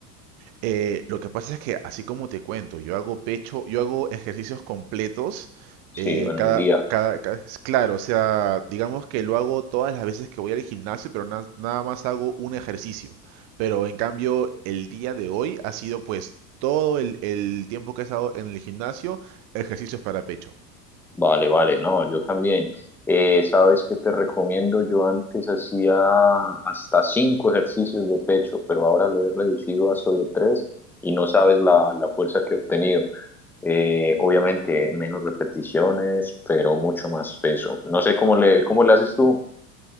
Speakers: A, on the right (about 40°); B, in the centre.
A: Eh, lo que pasa es que, así como te cuento, yo hago pecho, yo hago ejercicios completos, eh,
B: Sí, en
A: cada,
B: un día.
A: cada, cada- es claro, o sea, digamos que lo hago todas las veces que voy al gimnasio, pero na- nada más hago un ejercicio. Pero en cambio, el día de hoy ha sido pues todo el, el tiempo que he estado en el gimnasio, ejercicios para pecho.
B: Vale, vale, no, yo también. Eh, ¿sabes qué te recomiendo? Yo antes hacía hasta cinco ejercicios de pecho, pero ahora lo he reducido a solo tres y no sabes la, la fuerza que he obtenido. Eh, obviamente, menos repeticiones, pero mucho más peso. No sé cómo le, cómo le haces tú.